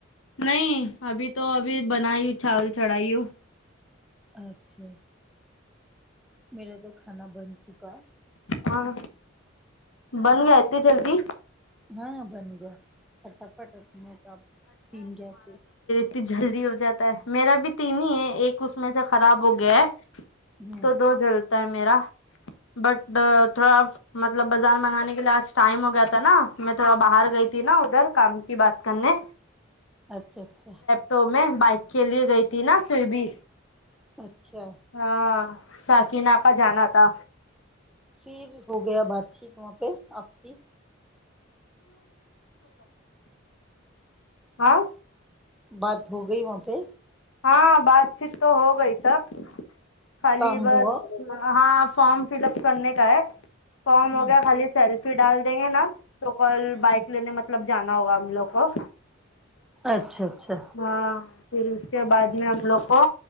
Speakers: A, on the left; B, in the centre.
A: نہیں ابھی تو ابھی بنا چاول چڑھائی ہوں
B: اچھا میرا تو کھانا بن چکا
A: ہاں بن گیا اتنی جلدی
B: ہاں بن گیا فٹافٹ اپنے کا تین گیا سے
A: اتن جلدی ہو جاتا ہے میرا بھی تین ہی ہے ایک اس میں سے خراب ہو گیا ہے
B: ہوں
A: تو دو جلتا ہے میرا بٹ تھوڑا مب مطلب بازار منگانے کے لی آج ٹائم ہو گیا تھا نا میں تھوڑا باہر گئی تھی نا ادھر کام کی بات کرنے
B: اچھا اچھا
A: تو میں بائک کے لیے گئی تھی نا سویمنگ
B: اچھا
A: ہاں ساکینا کا جانا تھا
B: پھر ہو گیا بات چیت وہاں پہ آپ کی
A: ہاں
B: بات ہو گئی وہاں پہ
A: ہاں بات چیت تو ہو گئی سب خالی
B: کام
A: بس
B: ہوا
A: ہاں فارم فل اپ کرنے کا ہے فارم
B: ہوں
A: ہو گیا خالی سیلف پھر ڈال دیں گے نا تو کل
B: ہاں
A: بائک لینے مطلب جانا ہوگا ہم لوگ کو
B: اچھا اچھا
A: ہاں پھر اس کے بعد میں ہم لوگ کو